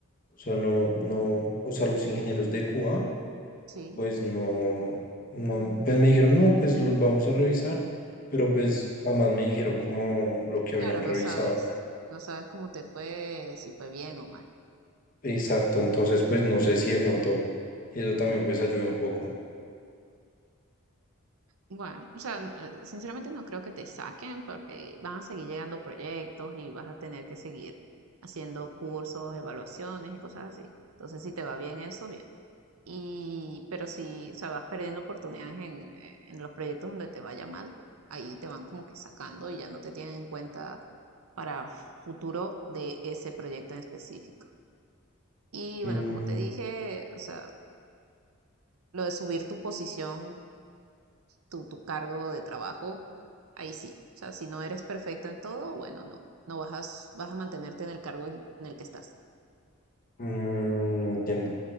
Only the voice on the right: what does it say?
Sí,
claro,
no sabes, no sabes cómo te fue, si fue bien o mal.
Bueno, o sea, n- eh, sinceramente no creo que te saquen porque van a seguir llegando proyectos y vas a tener que seguir haciendo cursos, evaluaciones y cosas así. Entonces, si te va bien eso, bien. Y, pero si, o sea, vas perdiendo oportunidades en, en los proyectos donde te vaya mal, ahí te van como que sacando y ya no te tienen en cuenta para futuro de ese proyecto en específico. Y
bueno, como te dije, o sea, lo de subir tu posición, tu, tu cargo de trabajo, ahí sí. O sea, si no eres perfecto en todo, bueno, no, no vas a, s- vas a mantenerte en el cargo en, en el que estás.